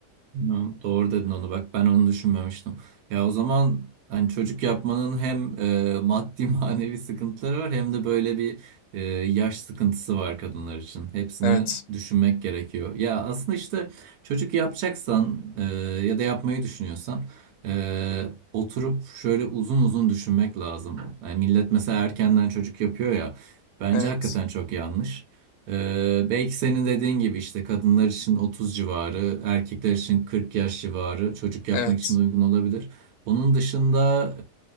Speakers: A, on the right; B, on the left.
A: Ya, Doğru dedin onu bak ben onu düşünmemiştim. Ya o zaman hani çocuk yapmanın hem e, maddi <laughs> manevi sıkıntıları var hem de böyle bir e, yaş sıkıntısı var kadınlar için. Hepsini
B: Evet.
A: düşünmek gerekiyor. Ya aslında işte çocuk yapacaksan e, ya da yapmayı düşünüyorsan e, oturup şöyle uzun uzun düşünmek lazım. Yani millet mesela erkenden çocuk yapıyor ya bence
B: Evet.
A: hakikaten çok yanlış. Ee, belki senin dediğin gibi işte kadınlar için 30 civarı, erkekler için 40 yaş civarı çocuk yapmak
B: Evet.
A: için uygun olabilir. Onun dışında